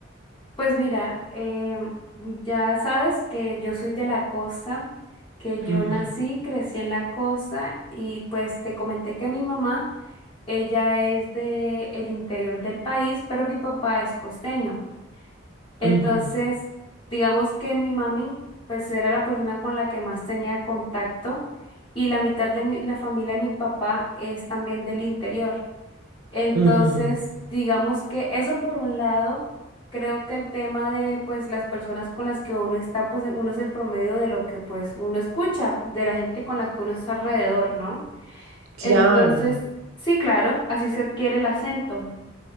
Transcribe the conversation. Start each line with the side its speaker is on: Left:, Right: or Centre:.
Left: Pues mira, em, ya sabes que yo soy de la costa, que yo
Right: Ujú,
Left: nací, crecí en la costa y pues te comenté que mi mamá, ella es de el interior del país, pero mi papá es costeño. Entonces,
Right: ujú,
Left: digamos que mi mami, pues era la persona con la que más tenía contacto y la mitad de mi, la familia de mi papá es también del interior. Entonces,
Right: ujú.
Left: digamos que eso por un lado, creo que el tema de pues las personas con las que uno está, pues uno es el promedio de lo que pues uno escucha, de la gente con la que uno está alrededor, ¿no?
Right: Claro.
Left: Entonces, sí, claro, así se adquiere el acento.